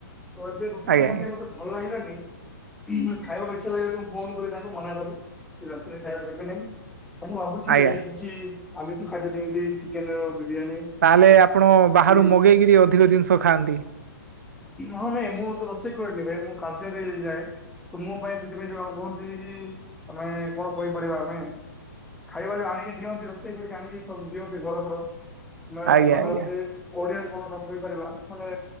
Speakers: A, in the centre; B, on the right.
A: ତ ଏବେ ରୁଟି
B: ଆଜ୍ଞା
A: ନେଇ ନେଉଥାନ୍ତି
B: ଆଜ୍ଞା
A: ମୋତେ ଭଲ ଲାଗିଲାନି ଖାଇବାକୁ ଇ୍ଛା ଲାଗିଲ ଫୋନ କରି ତାଙ୍କୁ ମନା କରବ କି ରାତିରେ ଖାଇବା ଦେବେନି। ଉ ମୁଁ ଭାବୁଛି
B: ଆଜ୍ଞା
A: ଯାଇକି କିଛି ଆମିଷ ଖାଦ୍ୟ କେମିତି ଚିକେନ। ବିରିୟାନୀ
B: ତାହେଲେ ଆପଣ ବାହାରୁ
A: କି
B: ମଗେଇକିରି ଅଧିକ ଜିନିଷ ଖାଆନ୍ତି।
A: ହଁ ନାଇଁ ମୁଁ ତ ରୋସ ସେଇ କରେନୀ ଭାଈ ମୁଁ କାର୍ଯ୍ୟରେ ଯାଏ ତ ମୋ ପାଇଁ ସେଥିପାଇଁ କହୁଥିବି କି ତମେ କଣ କହିପାରିବା ଆମେ ଖାଇବା ଯୋଉ ଆଣିକି ଦିଅନ୍ତି ରୋଷେଇ କରିକି ଆଣି ଦିଅନ୍ତି ଘର ଘର ମେ
B: ଆଜ୍ଞା
A: ବାହାରଟେ
B: ଆଜ୍ଞା
A: ଓଡିଆ କଣ କହିପାରିବା ମାନେ